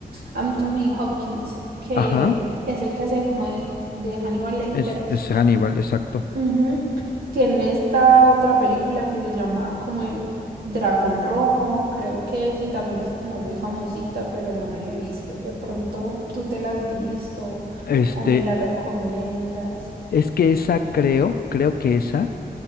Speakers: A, on the right (about 75°); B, on the left (about 70°).
A: Anthony Hopkins, que
B: Ajá.
A: es el que hace como de, de Hannibal Lecter
B: Es, es Hannibal, exacto.
A: Ujú. Tiene esta otra película que se llama como El Dragón Rojo, creo que es, y también es como muy famosita, pero no me la he visto. De pronto tú te la has visto
B: Este,
A: o me la recomiendas.
B: es que esa creo, creo que esa